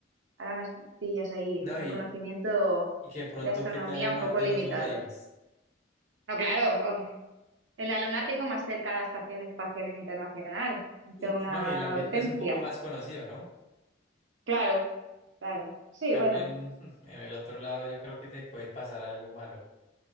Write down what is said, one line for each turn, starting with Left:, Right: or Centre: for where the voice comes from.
Right: ahora me pillas ahí
Left: No,
Right: con el
Left: y,
Right: conocimiento
Left: y que pronto,
Right: de astronomía
Left: ¿qué tal en
Right: un
Left: Marte
Right: poco limitado.
Left: no sobrevivas?
Right: No, claro, oh, en la luna tengo más cerca la Estación Espacial Internacional, ante
Left: Y,
Right: una
Left: y no, y el ambiente
Right: urgencia.
Left: es un poco más conocido, ¿no?
Right: Claro, claro. Sí,
Left: Cambio
Right: bueno,
Left: en, <laughs> en el otro lado, yo creo que te puede pasar algo malo.